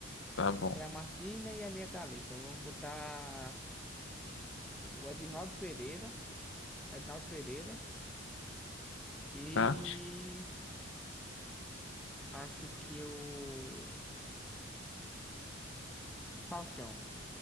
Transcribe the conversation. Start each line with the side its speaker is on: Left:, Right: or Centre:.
Left: Tá bom,
Centre: Tirar a Martina e a minha Califa. Vamos botar o Edivaldo Pereira. Ednaldo Pereira. E
Left: tá?
Centre: acho que o Faustão.